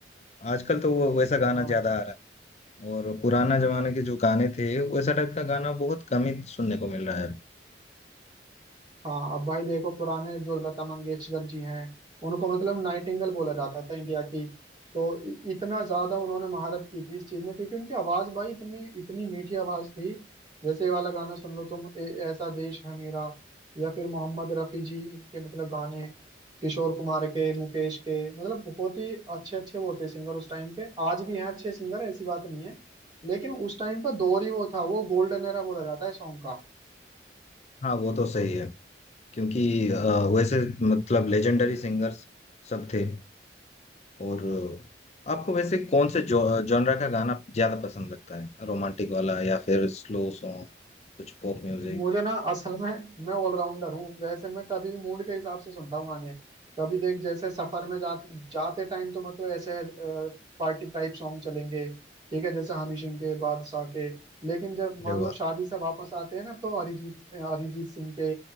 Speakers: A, on the left; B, on the right.
A: आजकल तो वो वैसा गाना
B: हाँ
A: ज्यादा आ रहा है और पुराना जमाने के जो गाने थे वैसा टाइप का गाना बहुत कम ही सुनने को मिल रहा है अभी
B: हाँ अब भाई देखो पुराने जो लता मंगेशकर जी हैं उनको मतलब नाइटिंगेल बोला जाता था इंडिया की तो इ- इतना ज्यादा उन्होंने महारत की थी इस चीज में क्योंकि उनकी आवाज भाई इतनी इतनी मीठी आवाज थी जैसे ये वाला गाना सुन लो तुम ए, ऐसा देश है मेरा या फिर मोहम्मद रफी जी इनके मतलब गाने किशोर कुमार के मुकेश के मतलब बहुत ही अच्छे अच्छे वो थे सिंगर उस टाइम के आज भी हैं अच्छे सिंगर ऐसी बात नहीं है लेकिन उस टाइम का दौर ही वो था वो गोल्डन एरा बोला जाता है सॉन्ग का
A: हाँ वो तो सही है क्योंकि अ, वैसे मतलब लेजेंडरी सिंगर्स सब थे और आपको वैसे कौन से जॉनरा का गाना ज्यादा पसंद लगता है रोमांटिक वाला या फिर स्लो सॉन्ग कुछ पॉप म्यूजिक
B: मुझे ना असल में मैं ऑलराउंडर हूँ वैसे मैं कभी भी मूड के हिसाब से सुनता हूँ गाने कभी देख जैसे सफर में जा, जाते टाइम तो मतलब ऐसे पार्टी टाइप सॉन्ग चलेंगे ठीक है जैसे हनी सिंह के बादशाह के लेकिन जब
A: अरे
B: मान
A: वाह
B: लो शादी से वापस आते हैं ना तो अरिजीत अरिजीत सिंह के